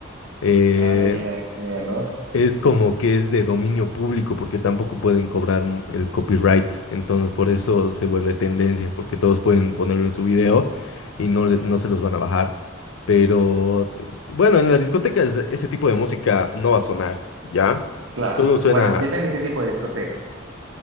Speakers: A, on the left; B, on the right.
A: Eh,
B: Ay, ya ay, entiendo.
A: es como que es de dominio público porque tampoco pueden cobrar m- el copyright, entonces por eso se vuelve tendencia, porque todos pueden ponerlo en su video y no, le- no se los van a bajar. Pero t- bueno, en las discotecas ese tipo de música no va a sonar, ¿ya?
B: Claro.
A: Solo suena
B: Bueno, depende qué tipo de discoteca.